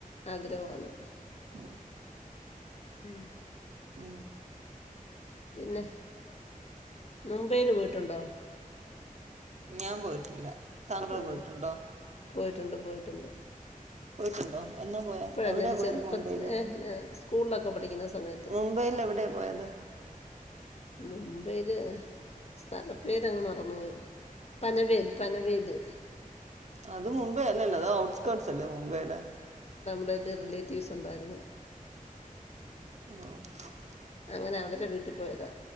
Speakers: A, on the left (about 45°); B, on the right (about 50°).
A: ആഗ്രഹന്ന്
B: ഉം <inaudible>
A: ഉം
B: ഉം
A: പിന്നെ മുംബൈൽ പോയിട്ടുണ്ടോ
B: ഞാൻ പോയിട്ടില്ല താങ്കൾ
A: ആ
B: പോയിട്ടുണ്ടോ
A: പോയിട്ടുണ്ട് പോയിട്ടുണ്ട്
B: പോയിട്ടുണ്ടോ എന്നാ പോയ
A: ഇപ്പോഴല്ലാറെ
B: എവിടെയാ പോയത്
A: ചെറുപ്പത്തി
B: മുംബൈയില്
A: ഏഹ് സ്കൂളിലൊക്കെ പഠിക്കുന്ന സമയത്ത്
B: മുംബൈയിൽ എവിടെയാ പോയത്
A: മുംബൈയില് സ്ഥല പേരങ്ങ് മറന്നുപോയി പനവേൽ പനവേല്
B: അത് മുമ്പേ അല്ലല്ലത് ഔട്ടസ്കർസ് ല്ല മുബെയ്ടെ തൊ
A: അവിടൊരു റിലേറ്റീവ്സുണ്ടായിരുന്നു
B: <unintelligible>
A: അങ്ങനെ അവരെ വീട്ടിൽ പോയതാ